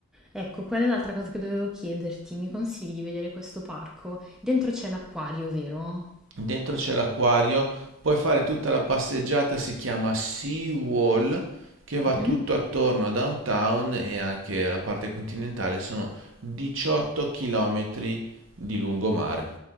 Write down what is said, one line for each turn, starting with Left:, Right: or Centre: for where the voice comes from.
Centre: Ecco, quella è l'altra cosa che dovevo chiederti. Mi consigli di vedere questo parco? Dentro c'è l'acquario, vero?
Right: Dentro c'è l'acquario, puoi fare tutta la passeggiata, si chiama Sea Wall, che va
Centre: Mhm.
Right: tutto attorno a downtown e anche alla parte continentale, sono 18 chilometri di lungomare.